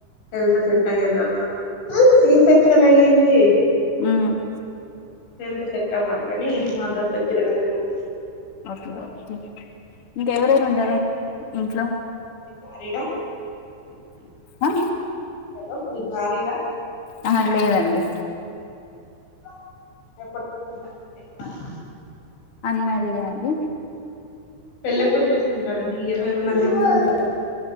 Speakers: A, on the left (about 75°); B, on the left (about 45°).
A: హెల్త్ సెట్ అయ్యేదాకా సి సెక్షన్ అయ్యింది
B: ఉమ్మ్
A: హెల్త్ సెట్ అవ్వాలని మాదర్ దగ్గరే ఉన్నాను
B: ఓకే ఓకే ఇంకెవరెవరు ఉంటారు ఇంట్లో
A: మారిడా
B: అ
A: హలో మీరు మ్యారీడ్
B: ఆహా లేదండి
A: <unintelligible>
B: అన్ మ్యారీడే అండి
A: పెళ్ళేప్పుడు చేసుకుంటారండి ఈ ఇయర్ ఏమన్నా చేసుకుంటారా